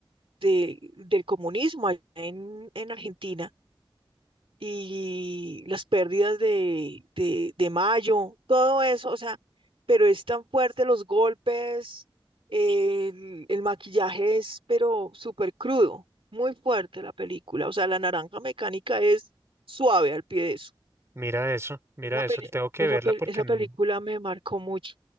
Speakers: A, on the right; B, on the right.
A: de- del comunismo allá en, en Argentina y las pérdidas de, de, de Mayo, todo eso, o sea, pero es tan fuerte los golpes, el, el maquillaje es, pero súper crudo, muy fuerte la película, o sea, la naranja mecánica es suave al pie de eso.
B: Mira eso, mira
A: Esa, peli-
B: eso, tengo que
A: esa,
B: verla
A: pel-
B: porque
A: esa
B: n-
A: película me marcó mucho,